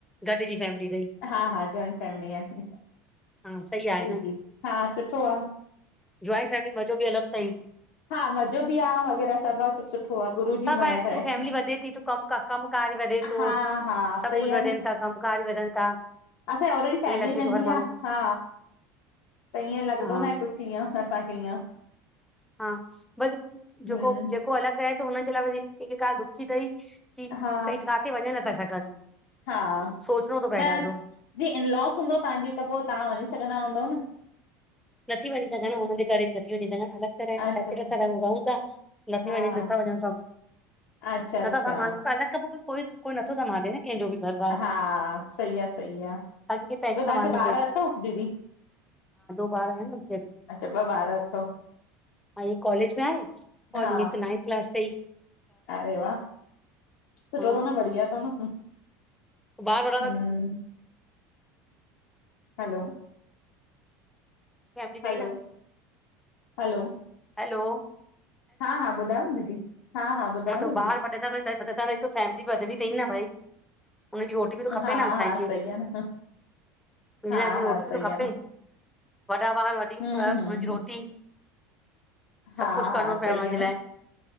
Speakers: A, in the centre; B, on the left.
A: गॾिजी फैमिली तई?
B: हा हा जॉइंट फैमिली आहिन जी
A: हा सही आहे न
B: जी हा सुठो आ।
A: जॉइंट फैमिली मज़ो बि अलॻि तई।
B: हा मज़ो बि आ वग़ैरह सब आ सब सुठो आ गुरु
A: सभु
B: जी महिर
A: त
B: आहे।
A: फैमिली वधे थी त कम कमकार वधे थो
B: हा हा
A: सभ
B: सही
A: कुछ वधनि
B: आ न
A: था कमकार वधनि था।
B: असांजी ऑलरेडी फैमिली
A: ईअं लॻे
B: नंढी
A: थो हर माण्हू
B: आ,
A: खे
B: हा। त ईअं लॻंदो
A: हा
B: न आहे कुछ ईअं असांखे ईअं।
A: हा पर जेको,
B: हम्म
A: जेको अलॻि रहे थो हुनजे लाइ हिक ॻाल्हि दुख जी तई। की
B: हा
A: कई काथे वञी नथा सघनि।
B: हा
A: सोचणो थो पए
B: न
A: ॾाढो
B: जी इनलॉस हूंदो तव्हांजी त पो तव्हां वञी सघंदा हूंदव न।
A: नथी वञी सघां हुननि जे करे बि नथी वञी सघां अलॻि तरह
B: अच्छा
A: सिप्रते
B: अच्छा
A: सां त रहुं था। नथी
B: हा
A: वञी, नथा वञी
B: अच्छा अच्छा
A: <unintelligible> कोई कोई नथो संभाले न कंहिंजो बि घर। बार
B: हा सही आ सही आ।
A: हर कंहिंखे पंहिंजो
B: ॿियो तव्हांखे
A: संभालणो अथई
B: ॿार अथव दीदी?
A: ॿारह आहिन न ट्रे।
B: अच्छा ॿारहं अथव?
A: हिक कॉलेज में आहे और
B: हा
A: हिक नाइंथ क्लास ॾई
B: अरे वाह सुठो
A: हा
B: तव न बढ़िया तव न।
A: ॿार वॾा
B: हम्म,
A: त
B: हलो
A: फैमिली अथई
B: हलो
A: न
B: हलो
A: हलो
B: हा हा ॿुधायो न दीदी हा ॿुधायो
A: हा
B: न
A: त
B: दीदी,
A: ॿारहं वधंदा त व त तो फैमिली वधती न भाई उन्हन जी रोट त खपे
B: हा
A: न असांखे
B: हा सही आ न,
A: उनजे
B: हा
A: लाइ रोटी
B: हा सही
A: बि थो खपे
B: आ न,
A: वॾा ॿार वॾी
B: हम्म
A: हुनजी
B: हम्म
A: रोटी।
B: हा
A: सभु कुझु करिणो
B: हा
A: थो पए
B: सही
A: हुननि
B: आ न,
A: जे लाइ